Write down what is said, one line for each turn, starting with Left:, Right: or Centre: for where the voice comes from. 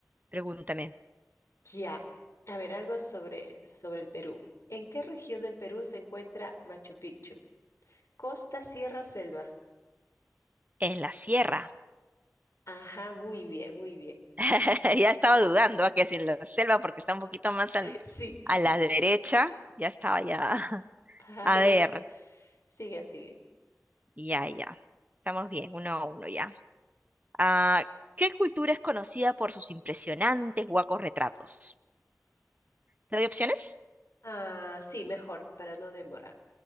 Right: pregúntame.
Left: Ya. A ver, algo sobre, sobre el Perú. ¿En qué región del Perú se encuentra Machu Picchu? Costa, sierra, selva.
Right: En la sierra.
Left: Ajá, muy bien, muy bien. Sí,
Right: <laughs> Ya
Left: está
Right: estaba
Left: bien.
Right: dudando a que si en la selva porque está un poquito más al-
Left: <laughs> Sí.
Right: a la derecha. Ya estaba ya. <laughs>
Left: Ajá,
Right: A
Left: pero
Right: ver,
Left: Sigue, sigue.
Right: ya, ya. Estamos bien, uno a uno ya. Ah, ¿qué cultura es conocida por sus impresionantes huacos retratos? ¿Te doy opciones?
Left: Ah, sí, mejor, para no demorar.